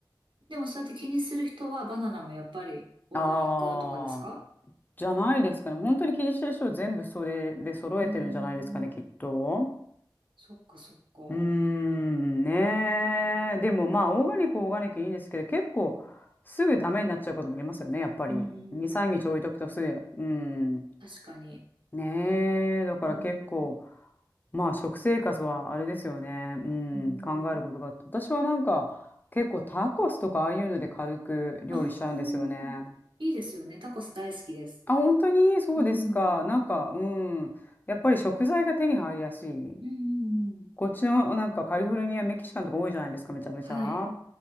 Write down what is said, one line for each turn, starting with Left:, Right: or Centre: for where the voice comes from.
Right: でもそうやって気にする人はバナナもやっぱりオーガニックとかですか
Left: ああ、じゃないですかね。本当に気にしてる人は全部それで揃えてるんじゃないですかね、
Right: うーん。
Left: きっと。
Right: そっかそっか。
Left: うーん、
Right: う
Left: ねえ。
Right: ーん。
Left: でもまあ、オーガニック、オーガニックいいんですけど、結構すぐダメになっちゃうこともありますよね、やっぱり。
Right: うーん。
Left: 2、3日置いとくとすぐ。うん。
Right: 確かに。
Left: ねえ。だから結構、
Right: うーん。
Left: まあ、食生活はあれですよね。うん、
Right: うーん。
Left: 考えることがあって。私はなんか、結構タコスとかああいうので軽く料理しちゃうんですよね。
Right: ああ、いいですよね。タコス大好きです。
Left: あ、本当にそうですか。
Right: うん。
Left: なんか、うん。やっぱり食材が手に入りやすい。
Right: うんうんうん。
Left: こっちのなんかカリフォルニア、メキシカンとか多いじゃないですか、めちゃめちゃ。
Right: はい。